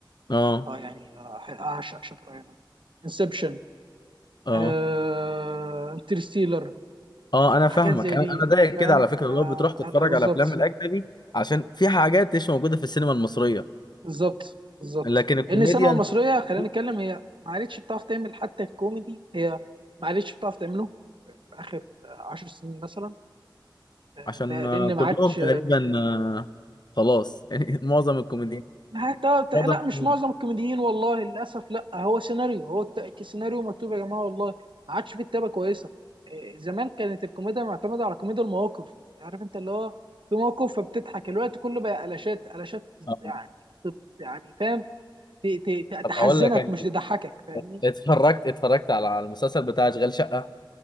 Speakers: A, on the left; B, on the right.
A: اه
B: اه يعني آه، اعشق شاتر ايلاند انسبشن
A: اه
B: آه، انترستيلر
A: اه انا
B: حاجات
A: فاهمك
B: زي
A: انا
B: دي
A: انا
B: انت
A: زيك
B: فاهم
A: كده على فكره
B: انا
A: لو بتروح تتفرج
B: انا بالظبط
A: على افلام الاجنبي عشان في حاجات مش موجوده في السينما المصريه
B: بالظبط بالظبط
A: لكن الكوميديا
B: لان السينما المصريه
A: انت بتشوف-
B: خلينا نتكلم هي ما عادتش بتعرف تعمل حتى الكوميدي هي ما عادتش بتعرف تعمله في اخر آه، عشر سنين مثلا آه،
A: عشان
B: بقى-
A: آه،
B: لان
A: كلهم
B: ما عادش
A: تقريبا آه، خلاص يعني <laughs> معظم الكوميديا
B: ما هي تا- تا-
A: معظم
B: لا
A: الكوميديا.
B: مش معظم الكوميديين والله للاسف لا هو سيناريو هو الت- سيناريو مكتوب يا جماعه والله ما عادش في كتابه كويسه إيه، زمان كانت الكوميديا معتمده على كوميديا المواقف عارف انت اللي هو في موقف فبتضحك الوقت كله بقى قلاشات قلاشات
A: آه.
B: يعني تب- يعني فاهم ت- ت- ت-
A: طب
B: تحزنك
A: اقول لك انا
B: مش تضحكك فاهمني
A: اتفرجت اتفرجت على على المسلسل بتاع اشغال شقه